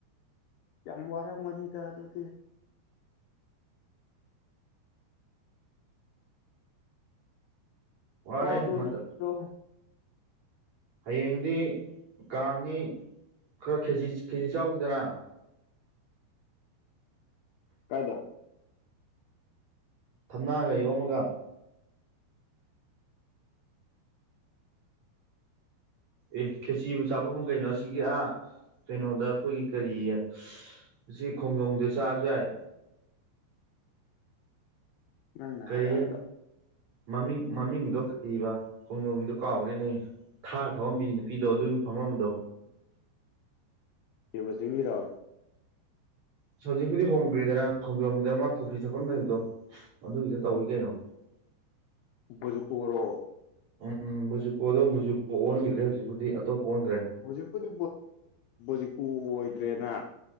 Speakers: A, on the left; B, on the right.
A: ꯌꯥꯝ ꯋꯥꯔꯝꯃꯅꯤꯗꯥ ꯑꯗꯨꯗꯤ
B: ꯋꯥꯔꯦ
A: ꯋꯥꯕ꯭ꯔꯣ
B: ꯃꯇꯝ
A: ꯅꯣꯇꯔꯣ
B: ꯍꯌꯦꯡꯗꯤ ꯀꯥꯡꯅꯤ ꯈꯔꯥ ꯈꯤꯖꯤ ꯆꯥꯔꯨꯁꯤꯗꯅ
A: ꯀꯥꯏꯗ
B: ꯊꯝꯅꯥꯒ ꯌꯣꯝꯃꯒ ꯑꯦ ꯈꯦꯆꯤꯕꯨ ꯆꯥꯐꯝ ꯑꯃ ꯀꯩꯅꯣ ꯑꯁꯤꯒꯤ ꯑꯥ ꯀꯩꯅꯣꯗ ꯑꯩꯈꯣꯏꯒꯤ ꯀꯔꯤꯌꯦ ꯁꯤ ꯈꯣꯡꯖꯣꯝꯗ ꯆꯥꯁꯨ ꯌꯥꯏ
A: ꯅꯪꯅ
B: ꯀꯔꯤ
A: ꯍꯥꯏꯔꯛꯑꯒ
B: ꯃꯃꯤꯡ ꯃꯃꯤꯡꯗꯣ ꯀꯔꯤꯕ ꯈꯣꯡꯖꯣꯝꯕꯤꯗꯣ ꯀꯥꯎꯈ꯭ꯔꯦꯅꯦ ꯊꯥꯔ ꯊꯧꯍꯝꯕꯤ ꯅꯨꯄꯤꯗꯣ ꯑꯗꯨꯒꯤ ꯐꯝꯝꯕꯗꯣ
A: ꯗꯦꯕꯥ ꯆꯤꯡꯒꯤꯗꯣ
B: ꯑꯁ ꯍꯧꯖꯤꯛꯄꯨꯗꯤ ꯍꯣꯡꯈꯦꯗꯅ ꯈꯣꯡꯖꯣꯝꯒꯤꯗ ꯑꯃ ꯀꯣꯐꯤ ꯊꯛꯐꯝ ꯂꯩꯕꯗꯣ ꯑꯗꯨꯒꯤꯗ ꯇꯧꯏ ꯀꯩꯅꯣ <unintelligible>
A: ꯕꯖꯨꯀꯣꯔꯣ
B: ꯎꯝ ꯕꯨꯖꯨꯀꯣꯗꯣ ꯕꯨꯖꯨꯀꯣ ꯑꯣꯟꯈꯤꯗ꯭ꯔꯦ ꯍꯧꯖꯤꯛꯄꯨꯗꯤ ꯑꯇꯣꯞꯄ ꯑꯣꯟꯗ꯭ꯔꯦ
A: ꯍꯧꯖꯤꯛꯄꯨꯗꯤ ꯖꯤꯛꯀꯨ ꯑꯣꯏꯗ꯭ꯔꯦꯅ